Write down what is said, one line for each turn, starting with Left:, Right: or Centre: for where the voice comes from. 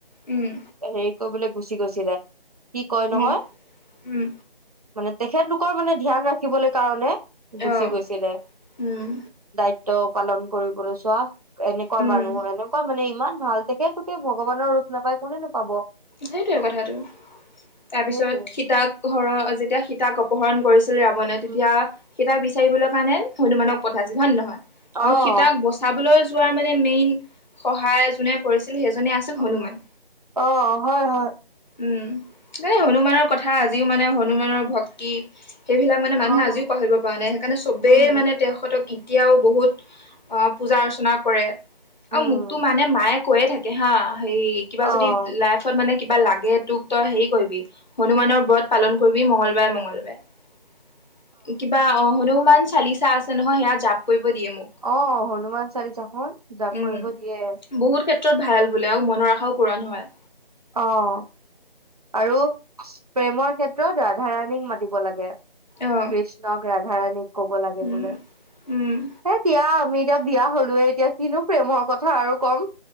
Left: উম।
Right: হেৰি কৰিবলৈ গুচি গৈছিলে, কি কয়
Left: উম,
Right: নহয়
Left: উম,
Right: মানে তেখেতলোকৰ মানে ধ্যান ৰাখিবলৈ কাৰণে গুচি
Left: অ',
Right: গৈছিলে।
Left: উম,
Right: দায়িত্ব পালন কৰিবলৈ চোৱা এনেকুৱা
Left: উম।
Right: মানুহ এনে কুৱা মানে ইমান ভাল। তেখেত লোকে ভগৱানৰ ৰূপ নাপায় কোনেনো পাব।
Left: সেইটয়ে কথাটো, তাৰপিছত
Right: সেইটোৱে।
Left: সীতাক হৰ যেতিয়া সীতাক অপহৰণ কৰিছে ৰাৱণে।
Right: উম,
Left: তেতিয়া সীতাক বিচাৰিবলৈ কাৰণে হনুমানক পঠাইছিল হয় নে নহয়?
Right: অ',
Left: আৰু সীতাক বচ চাবলৈ যোৱাৰ মানে মেইন সহায় যোনে কৰিছিল সেইজনে আছিল
Right: উম,
Left: হনুমান।
Right: অ' হয়, হয়।
Left: উম, হেই হনুমানৰ কথা আজিও মানে হনুমানৰ ভক্তি সেইবিলাক মানে
Right: অ',
Left: মানুহে আজিও পাহৰিব পৰা নাই। সেইকাৰণে চবেই
Right: উম,
Left: মানে তেখেতক এতিয়াও বহুত অ' পূজা অৰ্চনা কৰে।
Right: উম,
Left: আৰু মোকতো মানে মায়ে কৈয়ে থাকে হা' হে কিবা
Right: অ',
Left: যদি লাই ফত মানে কিবা লাগে তোক তই হেৰি কৰিবি হনুমানৰ ব্ৰত পালন কৰিবি মঙ্গলবাৰে মঙ্গলবাৰে। কিবা অ' হনুমান চালিচা আছে নহয় সেয়া জাপ কৰিব দিয়ে মোক।
Right: অ', অ' হনুমান চালিচাখন জাপ
Left: উম
Right: কৰিব দিয়ে।
Left: বহুত ক্ষেত্ৰত ভাল বোলেও মনৰ আশাও পূৰণ হয়।
Right: অ' আৰু প্ৰেমৰ ক্ষেত্ৰত ৰাধা ৰাণীক মাতিব লাগে। কৃষ্ণক
Left: অ
Right: ৰাধাৰাণীক ক'ব লাগে
Left: উম
Right: বোলে।
Left: উম।
Right: হে দিয়া আমি এতিয়া বিয়া হলোয়ে এতিয়া কিনো প্ৰেমৰ কথা আৰু কম!